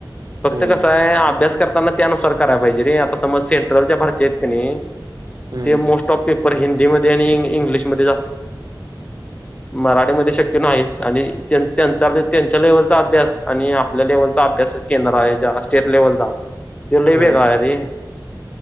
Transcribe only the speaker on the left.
फक्त
कसं आहे अभ्यास करताना त्यानुसार करायला पाहिजे रे आता समज सेंट्रल ज्या भरती आहेत का नाही
ते मोस्ट ऑफ पेपर हिंदीमध्येध्ये आणि इंग्लिशमध्ये जास्त मराठीमध्येध्ये शक्य नाहीच आणि त्यां त्यांच्या लेव्हलचा अभ्यास आणि आपल्या लेवलचा अभ्यास केंद्र आहे ज्या स्टेट लेव्हलचा तो लई
वेगळा आहे रे,